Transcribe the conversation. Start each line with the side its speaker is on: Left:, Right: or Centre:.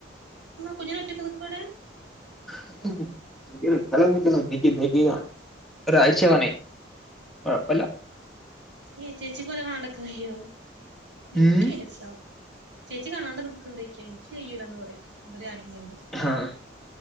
Right: കുഞ്ഞിന ഒറ്റയ്ക്ക് നിക്കോടെ?
Centre: <unintelligible> ഒരാഴ്ച് വനായി കൊഴപ്പമല്ല
Right: ഏ ചേച്ചി കൊനെ കാണാണ്ടക്കയ്യോ ഇനിക്കയ്യില്ല
Centre: ഉം
Right: ട്ടൊ ചേച്ചി കാണാണ്ട് നിക്ക്ണ്ടോയ്ക്ക ഇൻക്ക് കയ്യൂല ന്ന് പറയാ ഇവര് ആരുല്ലാണ്ട്
Centre: ആഹ്